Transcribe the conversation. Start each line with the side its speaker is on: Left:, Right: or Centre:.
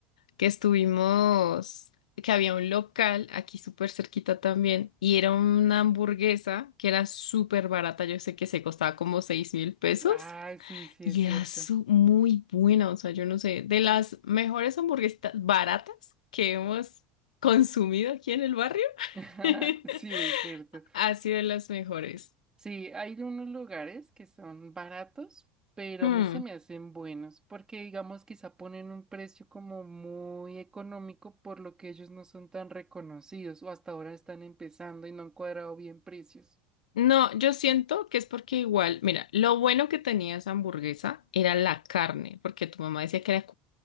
Left: que estuvimos, que había un local aquí súper cerquita también y era una hamburguesa que era súper barata, yo sé que se costaba como seis mil pesos
Right: Ah, sí, sí,
Left: y
Right: es cierto.
Left: era su- muy buena, o sea, yo no sé, de las mejores hamburguesas baratas que hemos consumido aquí en el barrio,
Right: <laughs>
Left: <laughs>
Right: Sí, es cierto.
Left: ha sido de las mejores.
Right: Sí, hay unos lugares que son baratos, pero
Left: Hmm.
Right: a mí se me hacen buenos, porque digamos quizá ponen un precio como muy económico por lo que ellos no son tan reconocidos o hasta ahora están empezando y no han cuadrado bien precios.
Left: No, yo siento que es porque igual, mira, lo bueno que tenía esa hamburguesa era la carne, porque tu mamá decía que era